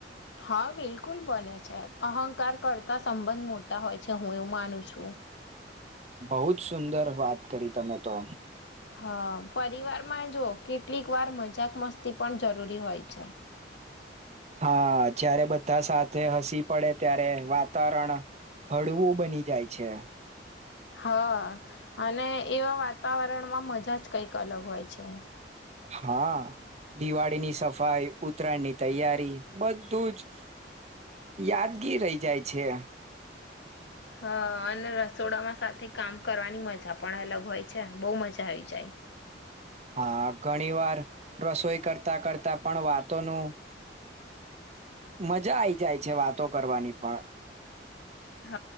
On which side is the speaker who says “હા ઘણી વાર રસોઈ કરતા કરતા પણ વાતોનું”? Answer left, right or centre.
Right